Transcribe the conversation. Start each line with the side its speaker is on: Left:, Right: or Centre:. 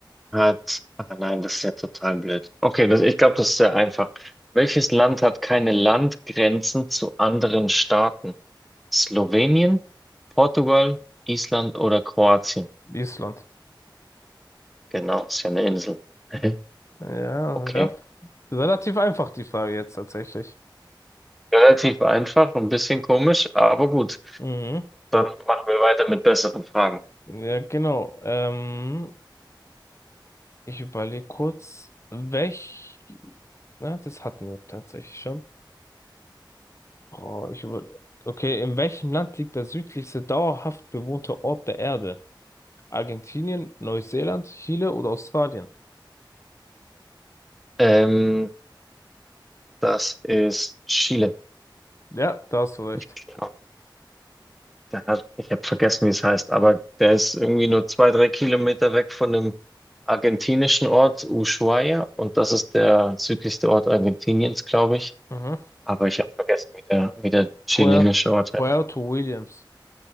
Centre: hat. Ah nein, das ist ja total blöd. Okay, das, ich glaube, das ist sehr einfach. Welches Land hat keine Landgrenzen zu anderen Staaten? Slowenien, Portugal, Island oder Kroatien?
Left: Island.
Centre: Genau, ist ja eine Insel. <laughs>
Left: Ja,
Centre: Okay.
Left: ja. Relativ einfach die Frage jetzt tatsächlich.
Centre: Relativ einfach, ein bisschen komisch, aber gut.
Left: Mhm.
Centre: Dann machen wir weiter mit besseren Fragen.
Left: Ja, genau. Ähm, ich überlege kurz, welch... Na, das hatten wir tatsächlich schon. Oh, ich über... Okay, in welchem Land liegt der südlichste dauerhaft bewohnte Ort der Erde? Argentinien, Neuseeland, Chile oder Australien?
Centre: Ähm, das ist Chile.
Left: Ja, da hast du recht.
Centre: Ich glaube. Der hat, ich habe vergessen, wie es heißt, aber der ist irgendwie nur zwei, drei Kilometer weg von dem argentinischen Ort Ushuaia und das ist der südlichste Ort Argentiniens, glaube ich.
Left: Mhm.
Centre: Aber ich habe vergessen, wie der, wie der chilenische
Left: Puer-
Centre: Ort heißt.
Left: Puerto Williams.